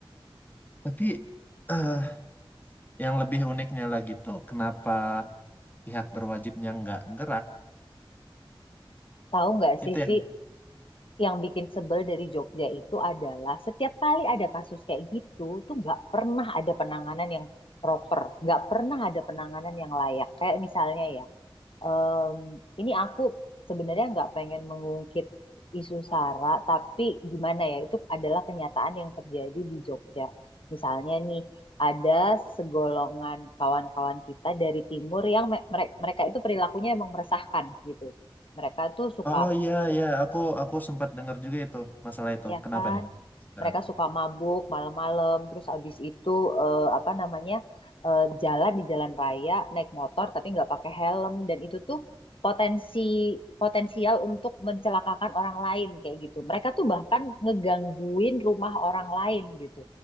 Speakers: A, on the left (about 20°); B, on the left (about 75°).
A: tapi eh, yang lebih uniknya lagi tuh kenapa pihak berwajibnya nggak gerak
B: Tahu nggak sih,
A: itu yang
B: Vi, yang bikin sebel dari Jogja itu adalah setiap kali ada kasus kayak gitu tuh nggak pernah ada penanganan yang proper, nggak pernah ada penanganan yang layak. Kayak misalnya ya. Em, ini aku sebenarnya nggak pengen mengungkit isu SARA, tapi gimana ya, itu adalah kenyataan yang terjadi di Jogja. Misalnya nih, ada segolongan kawan-kawan kita dari timur yang me- mere- mereka itu perilakunya emang meresahkan gitu. Mereka tuh suka
A: Oh iya iya aku aku sempat dengar juga itu masalah itu.
B: ya
A: Kenapa
B: kan?
A: nih? Sekarang.
B: Mereka suka mabuk malam-malam, terus abis itu eh, apa namanya eh, jalan di jalan raya naik motor tapi nggak pakai helm dan itu tuh potensi potensial untuk mencelakakan orang lain kayak gitu. Mereka tuh bahkan ngegangguin rumah orang lain gitu.